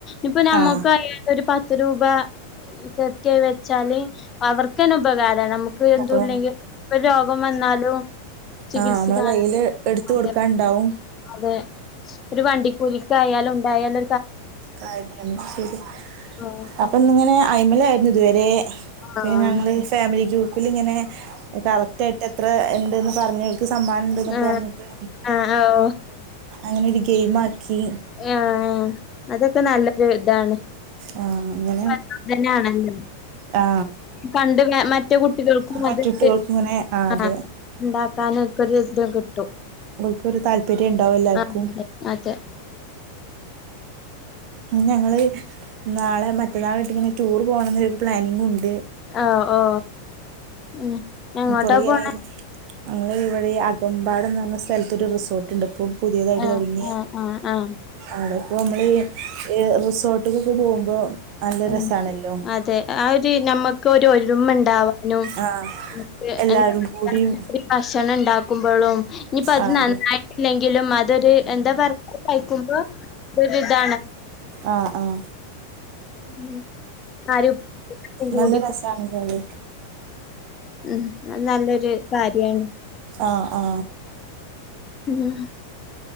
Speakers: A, on the left; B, on the right.
A: ഇപ്പ നമുക്ക്യട്ട
B: ആഹ്
A: ഒരു പത്ത് രൂപ ചെക്ക വെച്ചാല് അവർക്കന്ന ഉപകാര അ നമുക്ക് എന്ത
B: അപ്പൊ
A: ഇല്ലെങ്കിൽപ്പ രോഗം വന്നാലും ചികിത്സിക്കാൻ
B: ആഹ നമ്മളെ കയ്ൽ എടുത്ത
A: അതെ
B: കൊടുക്കാൻ ഉണ്ടാവും
A: അതെ ഒരു വണ്ടി കൂലിക്ക് ആയാലും ഉണ്ടായാല
B: കാര്യണ് ശരിയ
A: ആഹ്
B: അപ്പൊ ഇത്ഇങ്ങനെ അഐമല ആയിരുന്നു ഇതുവരെ പിന്നെ
A: ആഹ്
B: ഞങ്ങൾ ഫാമിലി ഗ്രൂപ്പിലിങ്ങനെ കളക്റ്റയിട്ട് എത്ര ഉണ്ടെന്ന് പറഞ്ഞു സമ്മാനംമുണ്ട്എന്നൊക്കെ
A: ആഹ്
B: പറഞ്ഞിട്ട്
A: ആഹ് ആഹ്
B: അങ്ങനെ ഒരു ഗെയിം ആക്കി
A: ആ അതൊക്കെ നല്ലൊരു ഇതാണ്
B: ആ, അങ്ങനെ
A: അങ്ങനെതന്നെയ ആണല്ലോ
B: ആ
A: കണ്ട് മറ്റേ കുട്ടികൾക്കും
B: മറ്റുട്ടികൾക്ക്
A: അത്ണ്ട്
B: ഇങ്ങനെ അതെ
A: ആ ആക്കാനക്കൊ ഒരു ഇത് കിട്ടും
B: അവൾക്കരു താല്പര്യം ഉണ്ടാവും എല്ലാർക്കും
A: ആഹ് അതെ അതെ
B: ഞങ്ങള് നാളെ മറ്റന്നാൾ യട്ടിങ്ങന ടൂർ പോണമരു പ്ലാനിങ്ങും ഉണ്ട്
A: ഹ ഓ ഉ എങ്ങോട്ടാ
B: കുറേ
A: പോണ
B: ആയി ഞങ്ങൾ ഇവിടെഈ അകമ്പാട്ന്ന് പറഞ്ഞ സ്ഥലത്ത ഒരു റിസോർട്ട്ണ്ട് ഇപ്പം പുതിയതായിട്ട്
A: ആഹ്
B: തുടങ്ങി
A: ആഹ് ആഹ് ആഹ് ആഹ്
B: അടെ ഇപ്പ നമ്മള് റിസോർട്ടക്കൊക്കെ പോകുമ്പോ നല്ല
A: ഉ
B: രസാണല്ലോ
A: അതെ ആര് നമ്മക്ക് ഒരു ഒരുമ ഉണ്ടാവാനും
B: ആഹ്
A: നമക്ക്
B: എല്ലാരും
A: എന്ത
B: കൂടിയും
A: ഭക്ഷണം ഉണ്ടാക്കുമ്പോഴും ഇനിയിപ്പ അത്
B: ആഹ്
A: നന്നായിട്ടില്ലെങ്ക
B: അതെ
A: എങ്കിലും അതൊരു എന്താ പറയ കഴിക്കുമ്പോ ഒരു ഇതാണ്
B: ആഹ ആഹ
A: ഉ ആര കൂടി
B: നല്ല
A: അതെ
B: രസാണല്ലോ അത്
A: ഉം അത് നല്ലൊരു കാര്യാണ്
B: ആഹ ആ
A: ആം